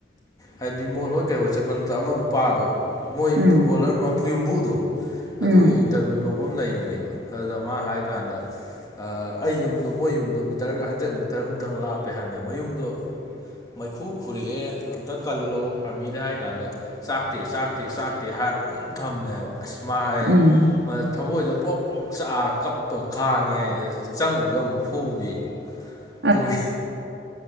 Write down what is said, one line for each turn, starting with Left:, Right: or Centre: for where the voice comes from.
Left: ꯍꯥꯏꯗꯤ ꯕꯤꯃꯣ ꯍꯣꯏ ꯀꯩꯍꯣꯏ ꯆꯠꯄ ꯅꯠꯇ꯭ꯔ ꯑꯃ ꯅꯨꯄꯥꯗꯣ ꯃꯣꯏ
Right: ꯎꯝ
Left: ꯐꯨꯠꯕꯣꯜꯂ꯭ꯔ ꯃꯥꯄꯨ ꯌꯨꯝꯕꯨꯗꯣ
Right: ꯎꯝ
Left: ꯑꯗꯨꯒꯤ ꯏꯟꯇꯔꯚꯤꯌꯨ ꯂꯧꯕ ꯑꯃ ꯂꯩꯕꯅꯦꯕ ꯑꯗꯨꯗ ꯃꯥ ꯍꯥꯏ ꯀꯥꯟꯗ ꯑꯩ ꯌꯨꯝꯗꯣ ꯃꯣꯏ ꯌꯨꯝꯗꯣ ꯃꯤꯇꯔ ꯍꯟꯗ꯭ꯔꯦꯠ ꯃꯤꯇꯔꯃꯨꯛꯇꯪ ꯂꯥꯞꯄꯦ ꯍꯥꯏꯕꯅꯦ ꯃꯌꯨꯝꯗꯣ ꯃꯩꯈꯨ ꯈꯨꯔꯛꯑꯦ ꯑꯝꯇ ꯀꯜꯂꯣ ꯑꯥꯔꯃꯤꯗ ꯍꯥꯏꯔ ꯀꯥꯟꯗ ꯆꯥꯛꯇꯦ ꯆꯥꯛꯇꯦ ꯆꯥꯛꯇꯦ ꯍꯥꯏꯔꯒ ꯑꯗꯨꯝ ꯊꯝꯃꯦꯕ ꯑꯁ ꯃꯥꯏ
Right: ꯎꯝ
Left: ꯃꯗ ꯊꯃꯣꯏꯗꯣ ꯄꯣꯛ ꯄꯣꯛ ꯆꯥꯛꯑꯒ ꯈꯥꯡꯉꯦ ꯑꯗ ꯁꯤ ꯆꯪꯉꯨꯕꯗ ꯑꯃꯨꯛ ꯐꯨꯕꯤ
Right: <inaudible>
Left: ꯑꯗꯨꯒꯤ